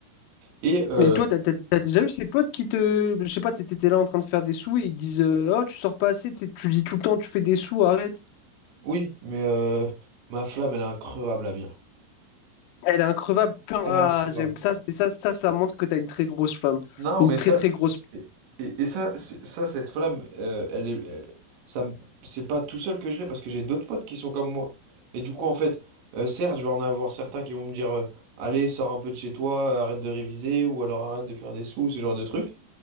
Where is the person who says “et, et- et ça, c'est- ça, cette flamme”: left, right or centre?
Right